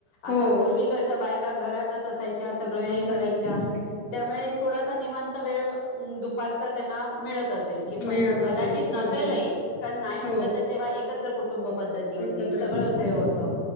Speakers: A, on the left; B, on the left.
A: आता
B: हो
A: पूर्वी
B: हो
A: कसं क <unintelligible> का घरातच असायच. सगळं हे करायच्या
B: घरात
A: त्यामुळे निवांत वेळ दुपा त्यांना मिळत असल क
B: मिळत
A: पण कदाचित
B: असेल हो
A: नसेलही
B: हो
A: कारण नाही म्हटलं
B: हो
A: त तेव्हा एक त्या कुटुंब पद्धती होती
B: एकत्र
A: सगळं
B: कुटुंबामध्ये
A: अस हे होतं